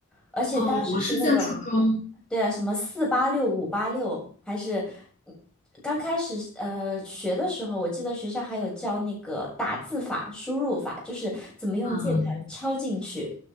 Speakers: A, in the centre; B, on the left.
A: 而且当时是那种，
B: 哦，我是在初中，
A: 对啊，什么四八六、五八六，还是嗯刚开始呃学的时候，我记得学校还有教那个打字法、输入法，就是怎么用键盘敲进去。
B: 嗯，